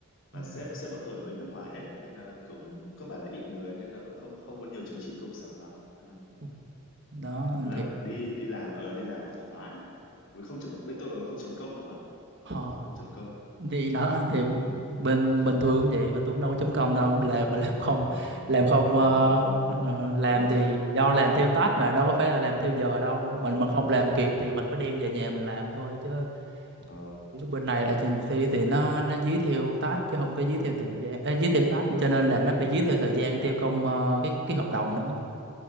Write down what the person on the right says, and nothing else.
Ừ.
Ừ. đó
thì
ờ,
thì
đó
thì
bên bên tôi cũng vậy bên tôi cũng đâu có chấm công đâu làm mà làm không
làm không
ờ,
ờ, làm
thì do làm theo task mà đâu có phải là làm theo giờ đâu mình mà
không
làm kịp thì mình phải đem về nhà mình làm thôi chứ
Kiểu bên này agency thì nó nó dí theo task chứ không có dí theo thời gian à, dí theo task cho nên là nó phải dí theo thời gian theo công ờ, cái cái hợp đồng nữa